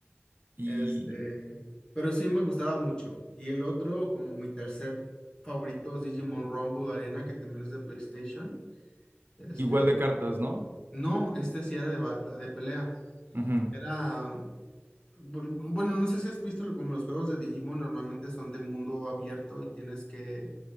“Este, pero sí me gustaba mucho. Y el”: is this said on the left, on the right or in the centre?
Left